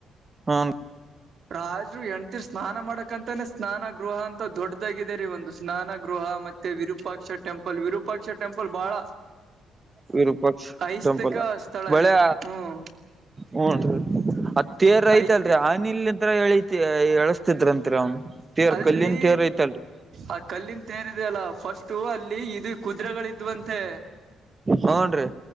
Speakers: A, on the right; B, on the right.
A: ಹಾ
B: ರಾಜ್ರು ಹೆಂಡತೀರ್ ಸ್ನಾನ ಮಾಡಕಂತಾನೇ ಸ್ನಾನ ಗೃಹ ಅಂತ ದೊಡ್ಡದಾಗಿದೆ ರೀ ಒಂದು ಸ್ನಾನ ಗೃಹ ಮತ್ತೆ ವಿರೂಪಾಕ್ಷ ಟೆಂಪಲ್ ವಿರೂಪಾಕ್ಷ ಟೆಂಪಲ್ ಬಹಳ
A: ವಿರೂಪಾಕ್ಷ
B: ಐಸ್ತಿಕ
A: ಟೆಂಪಲ್
B: ಸ್ಥಳ
A: ಬೆಳೆ
B: ರೀ ಹ್ಮ್
A: ಹೂಂನ್ರಿ ಆ ತೇರ್ ಐತಲ್ರಿ
B: ಐತಿ
A: ಆ ನಿಲ್ಲಿಂತ್ರ ಎಳತಿ ಎಳಸ್ತಿದ್ರಂತ್ರಿ ಅವ್ನು ತೇರ್
B: ಅಲ್ರಿ
A: ಕಲ್ಲಿನ್ ತೇರ್ ಐತಲ್ರಿ
B: ಆ ಕಲ್ಲಿಂತೇರ್ ಇದ್ಯಲ್ಲ ಫಸ್ಟು ಅಲ್ಲಿ ಇದ್ ಕುದ್ರೆಗಳಿದ್ವಂತೆ.
A: ಹೂನ್ರಿ